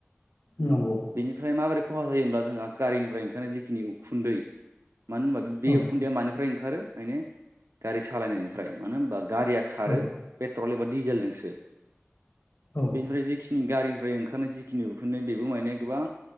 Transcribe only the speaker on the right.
बेनिफ्राय माबोरै खहा जायो होनब्ला जोंहा गारिनिफ्राय ओंखारनाय जिखिनि उखुन्दै मानो होनबा बे
उखुन्दैया मानिफ्राय ओंखारो मे गारि सालायनायनिफ्राय मानो होनबा गारिया खारो
पेट्रल एबा डिजेलजोंसो
बेनिफ्राय जखि गारिनिफ्राय ओंखारनाय जि खिनि उखुनाय बेबो मायनाय गोबां